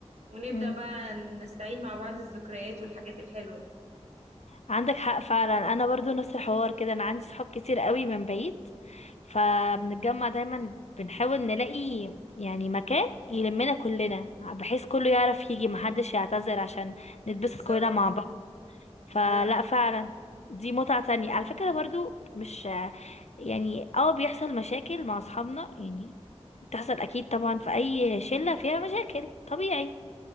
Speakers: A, on the right; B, on the left.
A: ونبدأ
B: مم.
A: بقى نستعيد مع بعض الذكريات والحاجات الحلوة دي
B: عندك حق فعلا انا برضو نفس الحوار كده انا عندي صحاب كتير قوي من بعيد فبنتجمع دايما بنحاول نلاقي يعني مكان يلمنا كلنا بحيث كله يعرف يجي محدش يعتذر عشان نتبسط
A: بالظبط
B: كلنا مع
A: بالظبط
B: فلا فعلا دي متعة تانية على فكرة برضو مش يعني اه بيحصل مشاكل مع اصحابنا يعني بتحصل اكيد طبعا في اي شلة فيها مشاكل طبيعي